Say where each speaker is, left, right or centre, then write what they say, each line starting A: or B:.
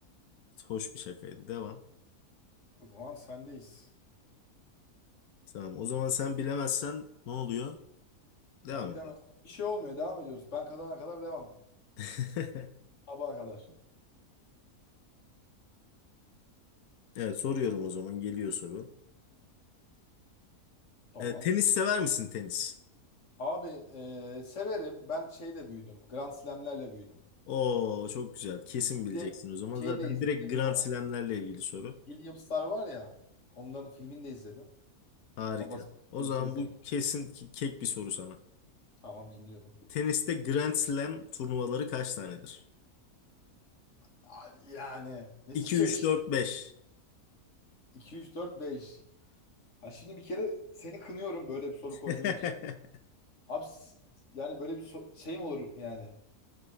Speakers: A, on the left; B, on the left.
A: hoş bir şakaydı. Devam.
B: O zaman sendeyiz.
A: Tamam. O zaman sen bilemezsen ne oluyor? Devam
B: Ben bilemem.
A: ediyorum.
B: Bir şey olmuyor. Devam ediyoruz. Ben kazana kadar devam.
A: <laughs>
B: Sabaha kadar.
A: Evet soruyorum o zaman geliyor soru.
B: Tamam.
A: E, tenis sever misin tenis?
B: Abi e, severim. Ben şeyle büyüdüm. Grand Slam'lerle büyüdüm.
A: Oo çok güzel. Kesin bileceksin
B: Bir de
A: o zaman.
B: şeyi
A: Zaten
B: de izledim.
A: direkt Grand
B: Bu
A: Slam'lerle ilgili soru.
B: Williams'lar var ya. Onların filmini de izledim.
A: Harika.
B: Babası
A: O
B: Eğitim'i
A: zaman
B: izlemiş.
A: bu kesin ki kek bir soru sana.
B: Tamam dinliyorum.
A: Teniste Grand Slam turnuvaları kaç tanedir?
B: Aa, Yani nesi
A: 2,
B: kek?
A: üç dört beş.
B: 2, 3, 4, 5. Ha şimdi bir kere seni kınıyorum böyle bir soru
A: <laughs>
B: koyduğun için. Abi s- yani böyle bir so- şey mi olur yani?